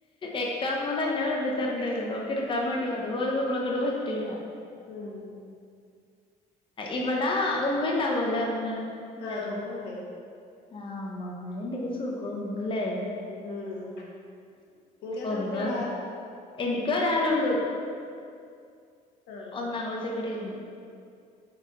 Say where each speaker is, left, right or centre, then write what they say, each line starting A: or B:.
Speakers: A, on the left; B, on the left.
A: എക്കാമ്മതല്ല വിളമ്പിത്തരണ്ട് നമുക്ക് എടുക്കാൻ മേടിയ അതുപോലെ നമ്മളെടു പറ്റില്ല
B: ഉം
A: ഇവിടാ ഉമ്മ ഉണ്ടാവുംല്ലേ ഉമ്മ എല്ലാരും
B: ആഹ് ഉമ്മണ്ടേ
A: ആഹ് ഉമ്മമാരുണ്ടെങ്കിൽ സുഖ <unintelligible> ങ്ങല്ലേ
B: ഉം ഉം ഇങ്ങക്കെത്ര
A: <unintelligible>
B: കുട്ട്യാളാ
A: എനിക്ക ഒരാള ഉള്ളൂ
B: ആഹ്
A: ഒന്നാംക്ലാസിൽ പഠിക്കണ്,